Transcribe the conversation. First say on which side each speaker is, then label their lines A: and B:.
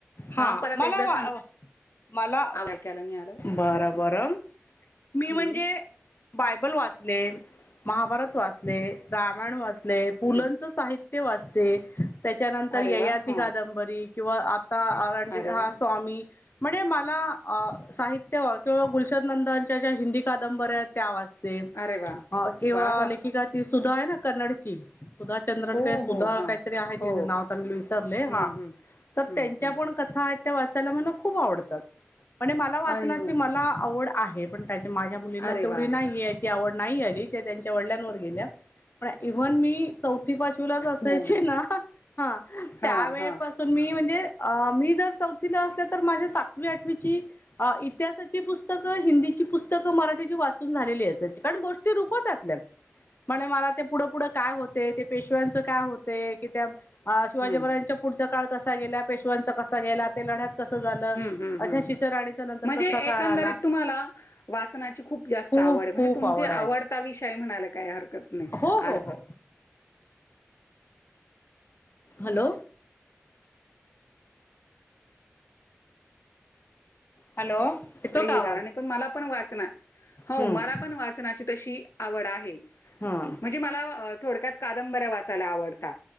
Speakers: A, on the left; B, on the left.
A: हा
B: हां, परत
A: मला
B: एकदा
A: वा
B: सांगा
A: - मला
B: आवाज ऐकायला नाही आलं.
A: बरं
B: हं,
A: बरं मी
B: हं,
A: म्हणजे बायबल वाचले, महाभारत वाचले, रामायण वाचले, पू
B: हं.
A: लंं चं साहि वाचते त्याच्यानंतर
B: अरे
A: ययाती
B: वाह! हां.
A: कादंबरी किंवा आ ता आ मन्जे
B: अरे
A: हा
B: वाह!
A: स्वामी म्हणजे मला अ साहित्य किंवा गुलशन नंदांच्या ज्या हिंदी कादंबऱ्या आहेत त्या वाच ते
B: अरे वाह!
A: किंवा
B: वाह, वाह!
A: लेखिका ती सुधा आहे ना कन्नाडची सुधा चंद्रन
B: हो,
A: काय सुधा
B: हो. हां.
A: काहीतरी आहे
B: हो.
A: तिज नाव आता मी विसरले
B: हं,
A: हा
B: हं.
A: तर
B: हं,
A: त्यांच्या
B: हं.
A: पण कथा आहेत त्या वाचायला मला खूप आवडतात. म्हणज मला वाचनाची
B: आणि
A: मला आवड आहे पण त्याच्या माझ्या मुलींना
B: अरे
A: तेवढी
B: वाह!
A: नाहीय. ती आवड नाही आली त्या त्यांच्या वडल्यांवर गेल्या पण इव्हन मी चौथी पाचवीलाच असायची
B: नाही, नाही.
A: ना हा
B: हां,
A: त्यावेळेपासून
B: हां.
A: मी म्हणजे अ मी जर चौथी असले तर माझी सातवी आठवीची इतिहासाची पुस्तकं हिंदीची पुस्तकं मराठीची वाचून झालेली असायची त्या कारण गोष्टी रूपतातल्या. म्हणे मला ते पुढं पुढे काय होते ते पेशव्यांचं काय होते की त्या अ शिवाजी
B: हं.
A: महारजांच्या पुढचा काळ कसा गेला पेशवांचा कसा गेला ते लढ्यात कसं झालं
B: हूं हूं
A: अझाशीच्या
B: हूं
A: राणीचा नंतर
B: म्हणजे
A: कसा काळ
B: एकंदरीत
A: आला
B: तुम्हाला वाचनाची खूप जास्
A: खूप
B: आवड म्हणजे
A: खूप
B: तुमची
A: आवड
B: आवडता
A: आहे
B: विषय म्हणायला काही हरकत नाही
A: हो
B: आ
A: हो हो हॅलो हॅलो येतो
B: कडे हे
A: का आवाज
B: झालं नाय पण मला पण वाचना हो
A: हम्म
B: मला पण वाचनाची तशी आवड आहे
A: हम्म
B: म्हणजे मला थोडक्यात कादंबऱ्या वाचायला आवडता